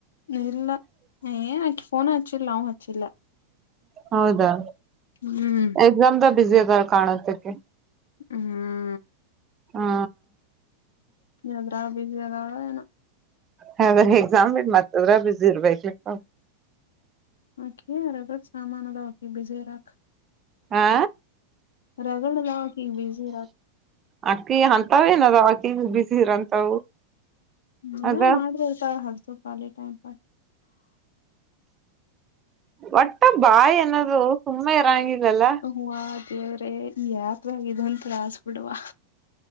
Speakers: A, on the left; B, on the right.
A: ಇಲ್ಲ ಏನ್ ಆಕಿ ಫೋನ್ ಹಚ್ಚಿಲ್ಲ ನಾವು ಹಚ್ಚಿಲ್ಲ
B: ಹೌದಾ
A: ಹ್ಮ್
B: ಎಕ್ಸಾಮದಾಗ ಬಿಜಿ ಅದಾಳ ಕಾಣತಕ್ಕಿ
A: ಹ್ಮ್
B: ಹಾ
A: ಎದ್ರಾಗ ಬಿಜಿ ಅದಾಳ ಏನು
B: ಹದ್ರೆ ಎಕ್ಸಾಮ್ ಇ ಮತ್ತ ಎದ್ರಗ ಬಿಸಿ ಇರ್ಬೇಕಪ್ಪ
A: ಓಕೆ ಅ ಸಾಮಾನದ ಓಕೆ ಬಿಸಿರಾಕ್
B: ಆ
A: ರಗಡ್ ಅದಾವ್ ಆಕೆಗೆ ಬಿಜಿ ಇರಾಕ್
B: ಅಕ್ಕಿಗ ಹಂತಾವ ಏನ ಅದವ ಆಕಿ ಬಿಸಿ ಇರಂತವು
A: ನೀ
B: ಅದ
A: ಮಾಡ್ರಿರ್ತಾಳ <unintelligible> ಟೈಮ್ ಪಾಸ್
B: ಒಟ್ಟ ಬಾಯಿ ಅನ್ನೋದು ಸುಮ್ಮನೆ ಇರಂಗಿಲ್ಲಲ್ಲ
A: ಅವ್ವ ದೇವರೇ ಯಾಕ ಇದೊಂದು ತ್ರಾಸ್ ಬಿಡುವ